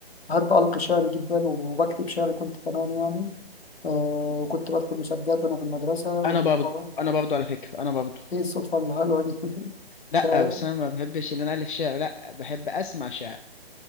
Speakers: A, on the left (about 75°); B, on the left (about 55°).
A: بحب ألقي شعر جدا وبكتب شعر كنت كمان يعني آه وكنت بدخل مسابقات وأنا في المدرسة
B: انا برضه
A: و...
B: انا برضه على فكره انا برضه
A: إيه الصدفة الحلوة دي <laughs>
B: لا
A: ده-
B: بس انا ما بحبش ان انا الف شعر لا بحب اسمع شعر